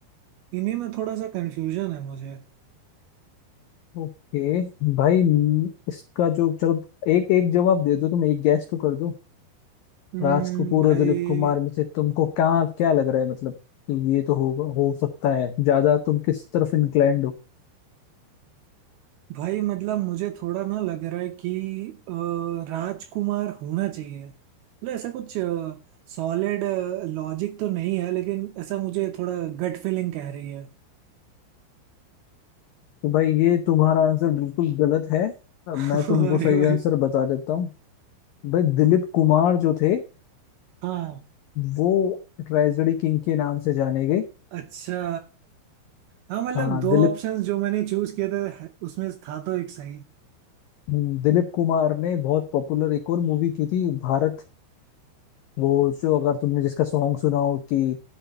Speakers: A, on the right (about 75°); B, on the left (about 85°).
A: इन्हीं में थोड़ा सा कंफ्यूजन है मुझे
B: ओके भाई म, इसका जो चलो एक एक जवाब दे दो तुम एक गैस तो कर दो
A: हम्म
B: राज कपूर
A: भाई
B: और दिलीप कुमार में से तुमको क्या क्या लग रहा है मतलब कि ये तो हो हो सकता है ज्यादा तुम किस तरफ इंक्लाइंड हो
A: भाई मतलब मुझे थोड़ा ना लग रहा है कि अ, राजकुमार होना चाहिए मतलब ऐसा कुछ सॉलिड लॉजिक तो नहीं है लेकिन ऐसा मुझे थोड़ा गट फीलिंग कह रही है
B: तो भाई ये तुम्हारा आंसर बिल्कुल गलत है अ,
A: <laughs>
B: मैं तुमको
A: अरे
B: सही
A: भाई
B: आंसर बता देता हूँ भाई दिलीप कुमार जो थे
A: हाँ
B: वो ट्रेजेडी किंग के नाम से जाने गए
A: अच्छा हाँ मतलब
B: हाँ
A: दो
B: दिलीप
A: ऑप्शंस जो मैंने चूज किए थे उसमें था तो एक सही
B: हम्म, दिलीप कुमार ने बहुत पॉपुलर एक और मूवी की थी भारत वो जो अगर तुमने जिसका सॉन्ग सुना हो कि